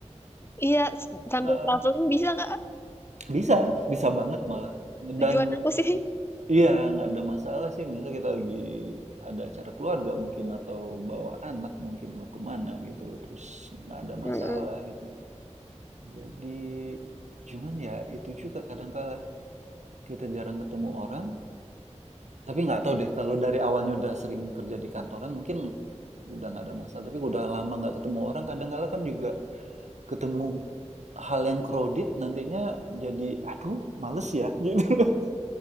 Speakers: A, on the left (about 20°); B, on the right (about 75°).
A: iya s- sambil
B: Eh,
A: traveling bisa kak
B: bisa, bisa banget malah.
A: tujuan
B: Dan
A: aku sih
B: iya nggak ada masalah sih. Misalnya kita lagi ada acara keluarga mungkin atau bawa anak mungkin mau kemana gitu. Terus nggak ada masalah
A: Mm-mm.
B: gitu. Jadi, cuman ya itu juga kadangkala kita jarang ketemu orang, tapi nggak tahu deh kalau dari awalnya udah sering kerja di kantoran mungkin udah nggak ada masalah. Tapi udah lama nggak ketemu orang, kadangkala kan juga ketemu hal yang crowded nantinya jadi aduh males ya <laughs> gitu loh